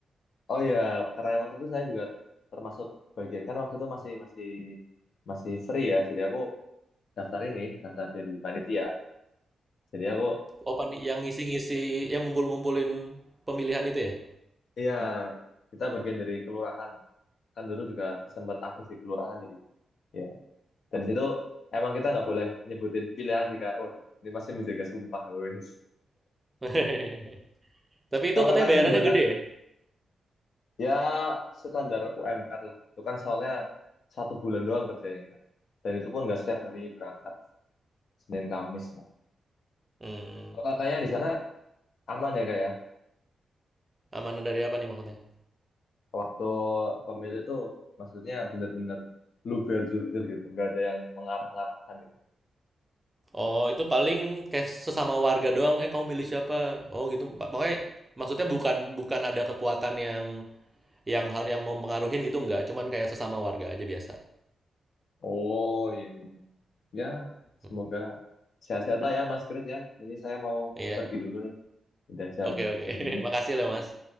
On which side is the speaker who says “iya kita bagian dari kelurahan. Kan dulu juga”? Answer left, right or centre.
Left